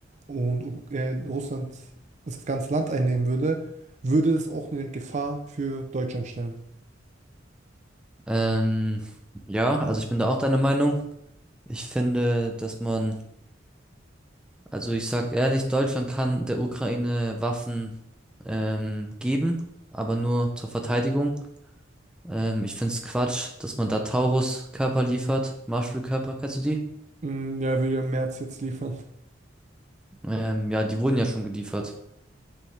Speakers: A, on the right (about 40°); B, in the centre.
A: und U- äh, Russland das ganze Land einnehmen würde, würde es auch eine Gefahr für Deutschland stellen.
B: Ähm, ja, also ich bin da auch deiner Meinung. Ich finde, dass man, also ich sag ehrlich, Deutschland kann der Ukraine Waffen ähm, geben, aber nur zur Verteidigung. Ähm, ich find's Quatsch, dass man da Taurus-Körper liefert, Marschflugkörper, kennst du die?
A: Mm, ja, will ja Merz jetzt liefern.
B: Ähm, ja, die wurden ja schon geliefert,